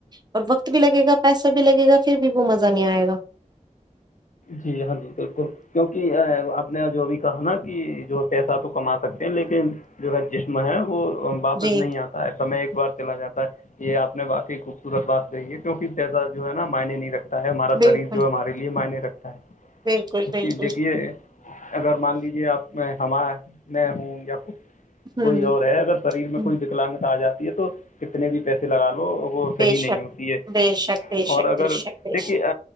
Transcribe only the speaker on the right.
اور وقت بھی لگے گا پیسہ بھی لگے گا پھر بھی وہ مزہ نہیں آئے گا
جی
بالکل
بالکل
بالکل
ہوں
ہوں،
بے شک
بے شک بے
شک
بے شک بے
شک